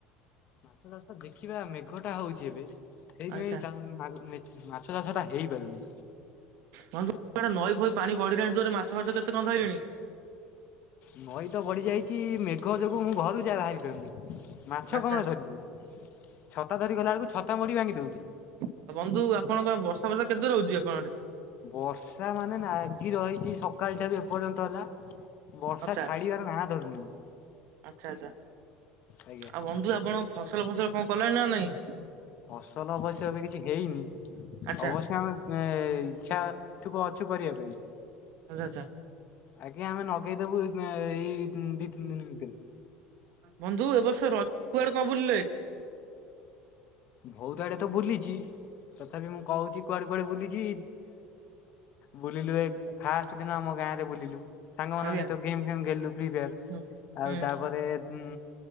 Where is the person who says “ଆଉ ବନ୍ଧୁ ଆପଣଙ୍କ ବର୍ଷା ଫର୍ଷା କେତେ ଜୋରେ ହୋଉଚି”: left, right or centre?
Right